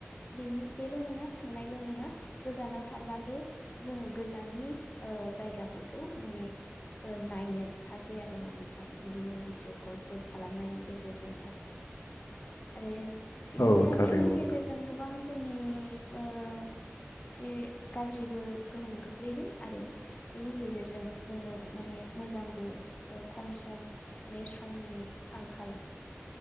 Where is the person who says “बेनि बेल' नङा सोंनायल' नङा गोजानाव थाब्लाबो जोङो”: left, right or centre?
Left